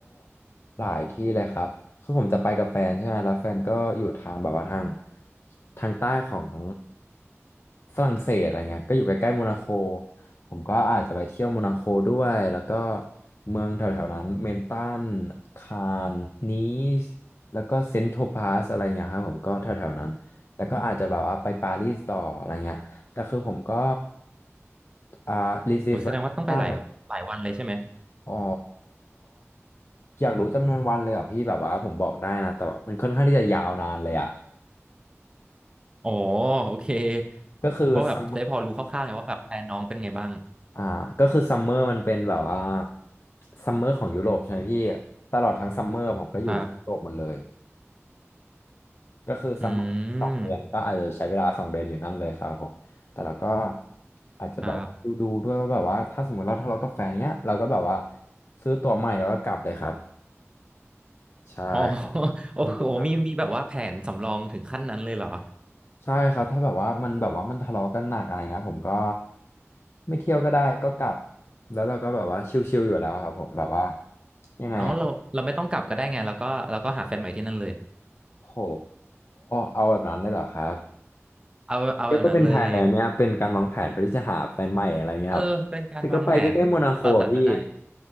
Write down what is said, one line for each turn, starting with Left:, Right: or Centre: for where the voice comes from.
Left: หลายที่เลยครับคือผมจะไปกับแฟนใช่ไหมแล้วแฟนก็อยู่ทางแบบว่าทางทางใต้ของฝรั่งเศสอะไรเงี้ยก็อยู่ใกล้ๆโมนาโคผมก็อาจจะไปเที่ยวโมนาโคด้วยแล้วก็เมืองแถวๆนั้นเมนตันคานนีสแล้วก็เซนต์โทพาสอะไรเงี้ยครับผมก็แถวๆนั้นแล้วก็อาจจะแบบว่าไปปารีสต่ออะไรเงี้ยแต่คือผมก็อ่าลิสต์ไว้ว่าแบบ
Right: หนูแสดงว่าต้องไปหลายหลายวันเลยใช่ไหม
Left: อ๋ออยากรู้จำนวนวันเลยเหรอ่ะพี่แบบว่าผมบอกได้นะแต่ว่ามันค่อนข้างที่จะยาวนานเลยอ่ะ
Right: อ๋อโอเค
Left: ก็คือซัม
Right: เพราะแบบจะได้พอรู้คร่าวๆไงว่าแบบแพลนน้องเป็นไงบ้าง
Left: อ่าก็คือซัมเมอร์มันเป็นแบบว่าซัมเมอร์ของยุโรปใช่ไหมพี่ตลอดทั้งซัมเมอร์ผมก็อยู่ที่ยุโรปหมดเลย
Right: ครับ
Left: ก็คือซัมเมอร์สองเดือนก็อาจจะใช้เวลาสองเดือนอยู่นั่นเลยครับผมแต่เราก็
Right: อืม
Left: อาจจะแบบดูดูด้วยว่าแบบว่าถ้าสมมติเราทะเลาะกับแฟนเนี้ยเราก็แบบว่า
Right: ครับ
Left: ซื้อตั๋วใหม่แล้วก็กลับเลยครับใช่
Right: อ๋อ <laughs> โอ้โหมีมีแบบว่าแผนสำรองถึงขั้นนั้นเลยเหรอ
Left: ต้องดู ใช่ครับถ้าแบบว่ามันแบบว่ามันทะเลาะกันหนักอะไรเงี้ยผมก็ไม่เที่ยวก็ได้ก็กลับแล้วเราก็แบบว่าชิลๆอยู่แล้วครับผมแบบว่ายังไงอ่ะ
Right: เอาเราเราไม่ต้องกลับก็ได้ไงแล้วก็แล้วก็หาแฟนใหม่ที่นั่นเลย
Left: โหเอาแบบนั้นเลยเหรอครับ
Right: เอาเอาแบบนั้นเลย
Left: เดี๋ยวก็เป็นแผนแล้วเนี่ยเป็นการวางแผนเพื่อที่จะหาแฟนใหม่อะไรเงี้ยครับ
Right: เออเป็นการวางแผนเราจะจะได้
Left: แต่ก็ไปใกล้ๆโมนาโคอะพี่